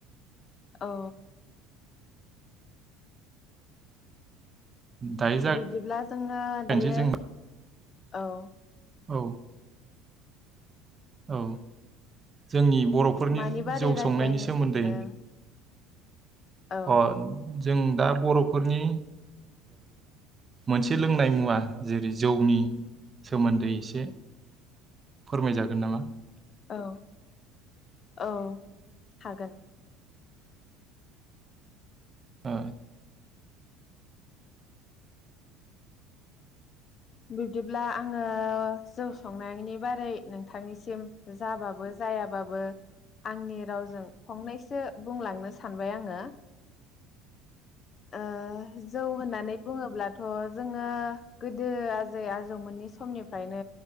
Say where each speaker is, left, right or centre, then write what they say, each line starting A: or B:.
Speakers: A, on the left; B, on the right.
A: औ
B: दायो
A: बिदिब्ला जोङो
B: जागायनोसै
A: दायो
B: जों
A: औ
B: औ औ जोंनि बर'फोरनि
A: मानि बारै
B: जौ
A: रायज्लायनो
B: संनायनि सोमोन्दै
A: सानदों औ
B: अ जों दा बर'फोरनि मोनसे लोंनाय मुवा जेरै जौनि सोमोन्दै एसे फोरमायजागोन नामा
A: औ औ हागोन
B: ओ
A: बिब्दिब्ला आङो जौ संनायनि बारै नोंथांनिसिम जाबाबो जायाबो आंनि रावजों फंनैसो बुंलांनो सानबाय आङो ओ जौ होननानै बुङोब्लाथ' जोङो गो गोदो आजै आजौमोननि समनिफ्रायनो